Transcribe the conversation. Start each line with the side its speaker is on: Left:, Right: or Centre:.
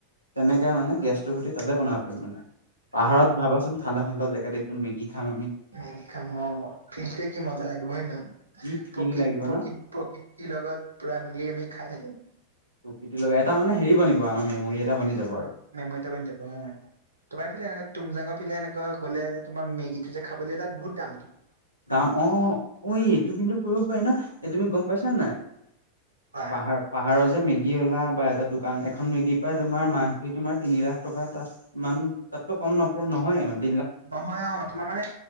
Left: তেনেকে মানে গেছটোৰ খুটি তাতে বনাব পাৰিম মানে পাহাৰত
Right: অ
Left: ভাবাচোন ঠাণ্ডা ঠাণ্ডা জাগাত একদম মেগি খাম আমি
Right: মেগি খাম অ', ফিলটোয়ে কি মজা লাগিব হয় নহয়,
Left: কি ফিল
Right: প্ৰকৃত
Left: লাগিব
Right: প্ৰকৃত।
Left: ন
Right: প্ৰকৃতিৰ লগত পুৰা মিলি আমি খাই থাকিম
Left: প্ৰকৃতিৰ লগা এটা মানে হেৰি বনিব আমাৰ মেমৰি এটা বনি যাব আৰু।
Right: মেমৰি এটা বনি যাব উম, তোমাৰ ফালে এনে তুমজাঙৰ ফালে এনেকা গ'লে যে তোমাক মেগীটো যে খাবলে দিয়ে তাত বহুত দামটো
Left: দাম অ', ঐ এইটো কিন্তু কৰিব পাৰি ন' তুমি গম পাইছা নাই?
Right: কোৱা
Left: পাহাৰ পাহাৰৰ যে মেগী ওলা বা এটা দোকান এখন মেগী পাই তোমাৰ মান্থলি তোমাৰ তিনি লাখ টকা তাত মান তাতকৈ কম নপ নহয় মানে
Right: নহয় অ', তোমাৰ মানে